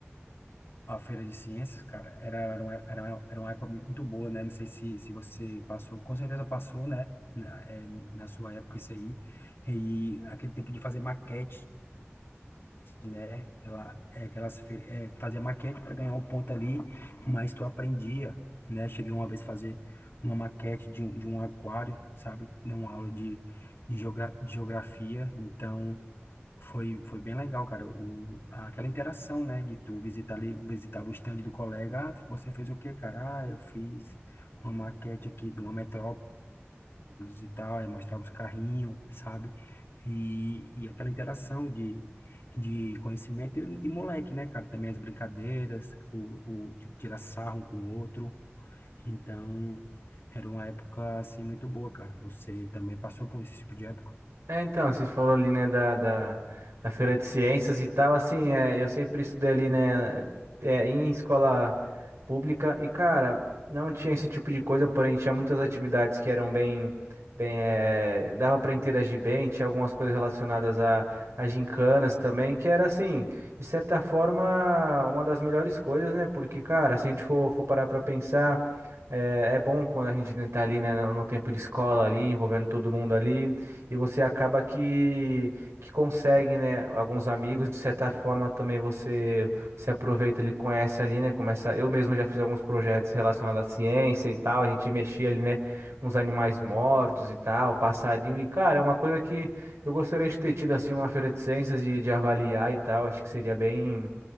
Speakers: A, on the left (about 60°); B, on the right (about 85°).
A: A feira de ciências, cara, era, era, uma, era, uma, era uma época mui- muito boa, né? Não sei se, se você passou, com certeza passou, né? Na, é, na sua época, isso aí. E aquele tempo de fazer maquete, né? Ela, é, aquelas, fe- é, fazia maquete para ganhar um ponto ali, mas tu aprendia, né? Cheguei uma vez a fazer uma maquete de um, de um aquário, sabe? Numa aula de, de, geogra de geografia. Então. Foi, foi bem legal, cara, o, aquela interação, né, de tu visitar ali, visitava o stand do colega, ah, você fez o quê, cara? Ah, eu fiz uma maquete aqui de uma metrópolis e tal, aí mostrava os carrinhos, sabe? E, e aquela interação de, de conhecimento e, e moleque, né, cara? Também as brincadeiras, o, o de tirar sarro um com o outro, então, era uma época, assim, muito boa, cara. Você também passou por esse tipo de época?
B: É, então, você falou ali, né, da, da, da Feira de Ciências e tal, assim, é, eu sempre estudei ali, né, é, em escola pública e, cara, não tinha esse tipo de coisa, porém tinha muitas atividades que eram bem, bem, é, dava para interagir bem, tinha algumas coisas relacionadas a, a gincanas também, que era, assim, de certa forma, uma das melhores coisas, né, porque, cara, se a gente for, for parar pra pensar, é, é bom quando a gente tá ali, né, no, no tempo de escola ali, envolvendo todo mundo ali, e você acaba que, que consegue, né, alguns amigos, de certa forma também você se aproveita, ele conhece ali, né, começa, eu mesmo já fiz alguns projetos relacionados à ciência e tal, a gente mexia ali, né, uns animais mortos e tal, passarinho, e cara, é uma coisa que eu gostaria de ter tido, assim, uma feira de ciências, de, de avaliar e tal, acho que seria bem